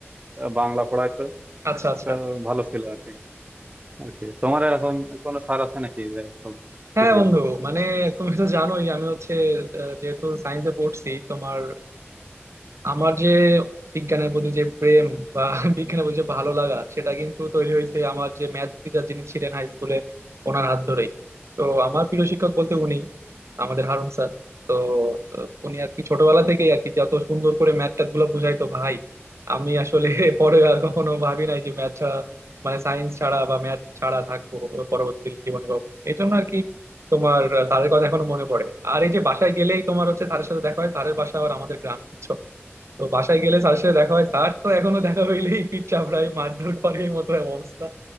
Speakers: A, on the right; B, on the right.
A: বাংলা পড়াইতো
B: আচ্ছা আচ্ছা
A: তো ভালো ছিল আর কি আর কি তোমার এরকম কোনো স্যার আছে নাকি যে খুব
B: হ্যাঁ
A: প্রিয়?
B: বন্ধু মানে তুমি তো জানোই আমি হচ্ছে আহ, যেহেতু সায়েন্সে পড়ছি তোমার আমার যে বিজ্ঞানের প্রতি যে প্রেম বা <laughs> বিজ্ঞানের প্রতি যে ভালো লাগা সেটা কিন্তু তৈরি হয়েছে আমার যে ম্যাথ টিচার যিনি ছিলেন হাই স্কুলে ওনার হাত ধরেই তো আমার প্রিয় শিক্ষক বলতে উনি আমাদের হারুন স্যার তো আহ, উনি আর কি ছোটবেলা থেকেই আর কি যত সুন্দর করে ম্যাথ ট্যাথ গুলো বুঝাইতো ভাই আমি আসলে <laughs> পরে আর কখনো ভাবি নাই যে ম্যাথ ছাড়া মানে সায়েন্স ছাড়া বা ম্যাথ ছাড়া থাকবো পরবর্তী জীবনে কখন এই জন্য আর কি তোমার আহ, স্যারের কথা এখনো মনে পড়ে আর এই যে বাসায় গেলেই তোমার হচ্ছে স্যারের সাথে দেখা হয় স্যারের বাসা আবার আমাদের গ্রাম তো বাসায় গেলে স্যারের সাথে দেখা হয় স্যার তো এখনো দেখা হইলেই পিঠ চাপড়ায় মারধর করে এই মতো অবস্থা